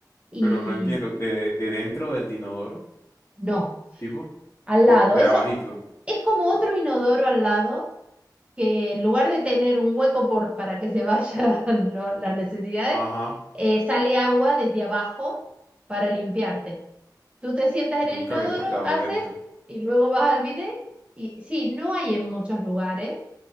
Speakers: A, on the right; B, on the left.
A: y
B: pero no entiendo. ¿De, de- dentro del inodoro?
A: no,
B: ¿Tipo?
A: al
B: De,
A: lado.
B: de
A: Eso
B: abajito.
A: es como otro inodoro al lado. que en lugar de tener un hueco por, para que se vayan <laughs> lo- las necesidades,
B: Ajá,
A: eh, sale agua desde abajo para limpiarte. Tú te sientas en
B: nunca
A: el inodoro,
B: había escuchado
A: haces
B: de eso.
A: y luego vas al bidet. Y sí, no hay en muchos lugares,